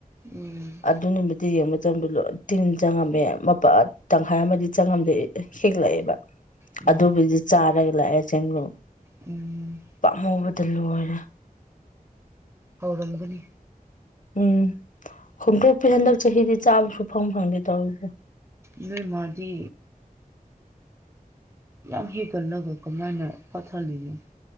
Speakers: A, on the right (about 15°); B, on the left (about 60°).
A: ꯎꯝ
B: ꯑꯗꯨ ꯅꯨꯃꯤꯗꯤ ꯌꯦꯡꯕ ꯃꯇꯝꯗꯣ ꯂꯣꯏ ꯇꯤꯟ ꯆꯪꯉꯝꯃꯦ ꯃꯄꯥ ꯇꯪꯈꯥꯏ ꯑꯃꯗꯤ ꯆꯪꯉꯝꯗꯦ ꯍꯤꯂꯛꯑꯦꯕ
A: ꯎꯝ
B: ꯑꯗꯨꯕꯨꯗꯤ ꯆꯥꯔ ꯍꯂꯛꯑꯦ ꯆꯦꯡꯂꯣꯡ
A: ꯎꯝ
B: ꯄꯥꯛꯍꯨꯕꯗ ꯂꯣꯏꯔꯦ
A: ꯍꯧꯥꯎꯔꯝꯒꯅꯤ
B: ꯎꯝ ꯈꯣꯡꯇ꯭ꯔꯨꯄꯤ ꯍꯟꯗꯛ ꯆꯍꯤꯗꯤ ꯆꯥꯝꯃ ꯁꯨ ꯐꯪ ꯐꯪꯗꯦ ꯇꯧꯔꯤꯁꯦ
A: ꯏꯣꯏ ꯃꯥꯗꯤ ꯌꯥꯝ ꯍꯦꯟꯒꯠꯂꯒ ꯀꯃꯥꯏꯅ ꯀꯊꯜꯂꯤꯅꯣ